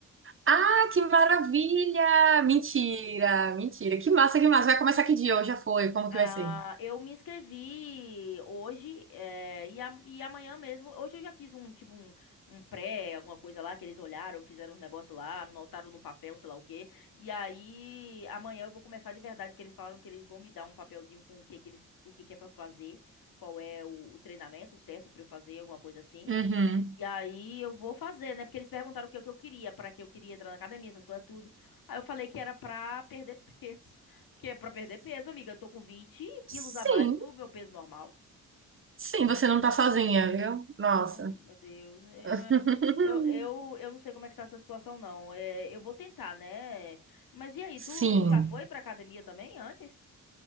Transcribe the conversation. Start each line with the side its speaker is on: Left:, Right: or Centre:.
Right: Ah, que maravilha! Mentira, mentira. Que massa, que massa. Vai começar que dia? Hoje já foi. Como
Left: Ah,
Right: que vai ser?
Left: eu me inscrevi hoje, eh, e, a- e amanhã mesmo. Hoje eu já fiz um tipo um, um pré, alguma coisa lá, que eles olharam, fizeram um negócio lá, anotaram no papel, sei lá o quê. E aí amanhã eu vou começar de verdade, que eles falaram que eles vão me dar um papelzinho com o que, que eles, o que, que é pra fazer, qual é o, o treinamento certo pra eu fazer, alguma coisa assim.
Right: Uhum.
Left: E aí eu vou fazer, né? Porque eles perguntaram o que eu que eu queria, pra que eu queria entrar na academia, essas coisas tudo. Aí eu falei que era pra perder peso. <laughs> Porque é pra perder peso, amiga. Eu tô com 20 quilos
Right: Sim,
Left: a mais do meu peso normal.
Right: sim, você não tá sozinha, viu? Nossa.
Left: Oh, meu Deus. Eu,
Right: <laughs>
Left: eu, eu, eu não sei como é que tá essa situação, não. É, eu vou tentar, né? Mas e aí,
Right: Sim,
Left: tu, tu já foi pra academia também antes?